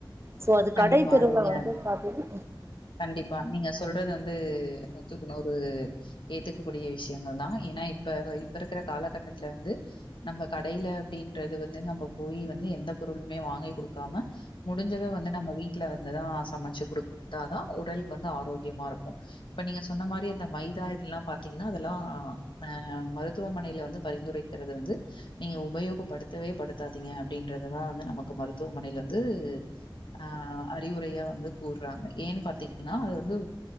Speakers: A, on the right; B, on the left.
A: சோ அது
B: கண்டிப்பா.
A: கடை தெருவில
B: நீங்க
A: வந்து பாத்தீன்னா
B: கண்டிப்பா நீங்க சொல்றது வந்து நூத்துக்கு நூறு ஏத்துக்கக்கூடிய விஷயங்கள் தா ஏன்னா இப்ப இப்ப இருக்கிற காலகட்டத்துல வந்து நம்ம கடையில அப்டின்றது வந்து நம்ம போய் வந்து எந்த பொருளுமே வாங்கி கொடுக்காம முடிஞ்சளவு வந்து நம்ம வீட்டுல வந்துதா சமைச்சு குடுக் வந்து ஆரோக்கியமா இருக்கு இப்ப நீங்க சொன்ன மாரியே இந்த மைதா இதல்லா பாத்தீங்கன்னா அத லா அ மருத்துவமனைல வந்து பரிந்துரைக்கிறத வந்து நீங்க உபயோகப்படுத்தவே படுத்தாதீங்க அப்டின்றததா வந்து நமக்கு மருத்துவமனைலந்து அ அறிவுரையா வந்து கூறுறாங்க ஏன்னு பார்த்தீங்கன்னா அது வந்து